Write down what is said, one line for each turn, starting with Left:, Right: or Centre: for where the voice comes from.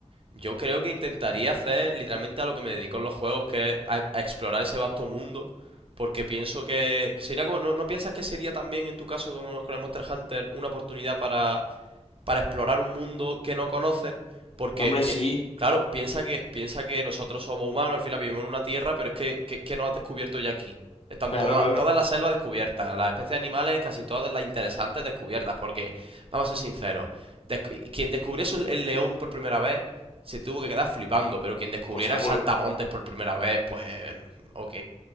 Right: yo creo que intentaría hacer literalmente a lo que me dedico en los juegos, que es a, a explorar ese vasto mundo, porque pienso que sería como, ¿no, no piensas que sería también en tu caso como con el Monster Hunter una oportunidad para para explorar un mundo que no conoces, porque,
Left: No, hombre,
Right: pi-
Left: sí.
Right: claro, piensa que, piensa que nosotros somos humanos, al final vivimos en una tierra, pero es que, que, que no has descubierto ya aquí. Están
Left: Claro,
Right: todas,
Left: claro.
Right: todas las selvas descubiertas, las especies animales, casi todas las interesantes descubiertas, porque, vamos a ser sinceros, descu- quien descubriese el león por primera vez se tuvo que quedar flipando, pero quien descubriera
Left: Pues seguro.
Right: el saltamontes por primera vez, pues, ok.